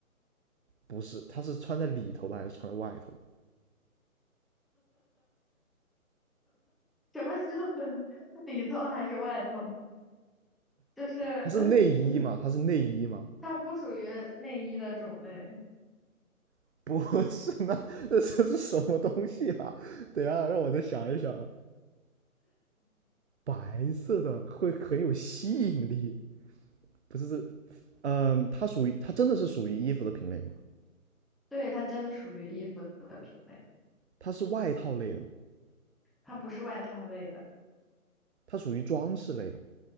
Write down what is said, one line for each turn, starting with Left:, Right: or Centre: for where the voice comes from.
Right: 不是，它是穿在里头的还是穿在外头的？
Centre: 什么时候 <laughs> 里头还是外头？就是
Right: 它是内衣吗？
Centre: <laughs>
Right: 它是内衣吗？
Centre: 它不属于内衣的种类，
Right: <laughs> 不是，那那这是什么东西啊？等一下，让我再想一想啊。白色的会很有吸引力，不是这，嗯，它属于它真的是属于衣服的品类吗？
Centre: 对，它真的属于衣服的品类，
Right: 它是外套类的吗？
Centre: 它不是外套类的，
Right: 它属于装饰类的吗？